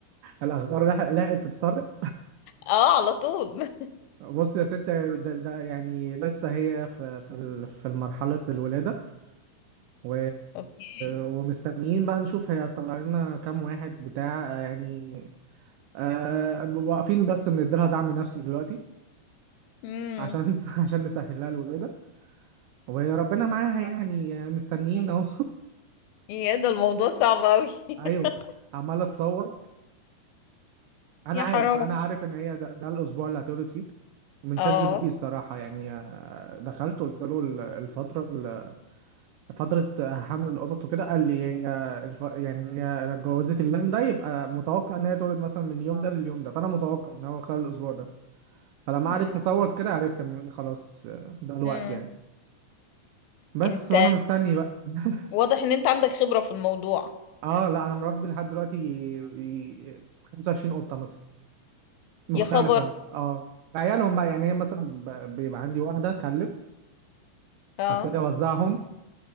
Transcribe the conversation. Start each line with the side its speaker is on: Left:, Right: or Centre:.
Right: الاخبار لحق- لحقت تتسرب
Left: اه على طول
Right: بص يا ست ده, ده يعني لسه هي في في ال- في مرحله الولاده و...
Left: اوكي
Right: ومستنيين بقى نشوف هيطلع لنا كام واحد بتاع يعني آه واقفين بس بنديلها دعم نفسي دلوقتي
Left: <laughs> امم
Right: عشان <laughs> عشان نسهل لها الولاده وربنا معاها يعني مستنيين اهو
Left: يا ده الموضوع صعب قوي
Right: <laughs>
Left: <laughs>
Right: ايوه عماله تصور انا
Left: يا
Right: عارف
Left: حرام
Right: انا عارف ان هي ده, ده الاسبوع اللي هتولد فيه من
Left: اه
Right: شات جي بي تي الصراحه يعني آه، دخلت قلت له ال- الفتره ال- فتره حمل القطط وكده قال لي هي الف... يعني هي لو اتجوزت اليوم ده يبقى متوقع ان هي تولد مثلا من اليوم ده لليوم ده فانا متوقع ان هو خلال الاسبوع ده فلما
Left: امم
Right: قعدت تصوت كده عرفت ان هي خلاص آه، ده الوقت
Left: امم
Right: يعني بس
Left: انت
Right: وانا مستني بقى <laughs>
Left: واضح ان انت عندك خبرة في الموضوع
Right: اه لا انا مربي لحد دلوقتي ي- 25 قطه مثلا مختلفة
Left: يا خبر
Right: اه عيالهم بقى يعني هي مثلا ب- بيبقى عندي واحدة تخلف
Left: اه
Right: ابتدي اوزعهم